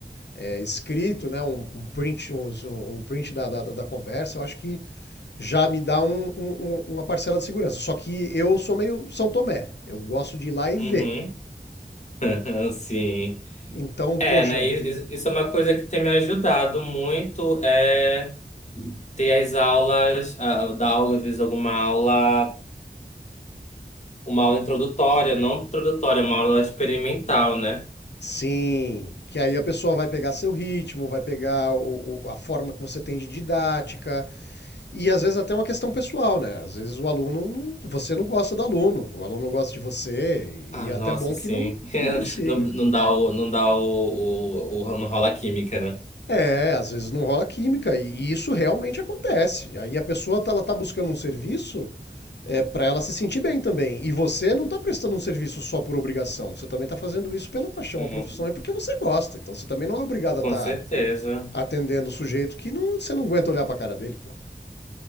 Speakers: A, on the left; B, on the left.
A: é, escrito, né, um, um print, um, um print da, da, da conversa, eu acho que já me dá um- um- um- uma parcela de segurança. Só que eu sou meio São Tomé, eu gosto de ir lá e
B: Uhum.
A: ver.
B: <laughs> Sim.
A: Então, poxa,
B: É, né? e- e- Isso é uma coisa que tem me ajudado muito, é ter as aulas, ah, dar aula, às vezes alguma aula, uma aula introdutória, não introdutória, uma aula experimental, né?
A: Sim, que aí a pessoa vai pegar seu ritmo, vai pegar o- o- a forma que você tem de didática, e às vezes até uma questão pessoal, né? Às vezes o aluno, não- você não gosta do aluno, o aluno não gosta de você,
B: Ah,
A: e é
B: nossa,
A: até bom
B: sim.
A: que não,
B: <laughs>
A: não prossiga.
B: Não, não dá o, não dá o, o, o- não rola a química, né?
A: É, às vezes não rola química, e, e isso realmente acontece. Aí a pessoa, tá, ela tá buscando um serviço é, para ela se sentir bem também, e você não tá prestando um serviço só por obrigação, você também tá fazendo isso pela paixão,
B: Uhum.
A: a profissão, e porque você gosta, então você também não é obrigado a estar
B: Com certeza.
A: atendendo o sujeito que não, você não aguenta olhar pra cara dele, pô.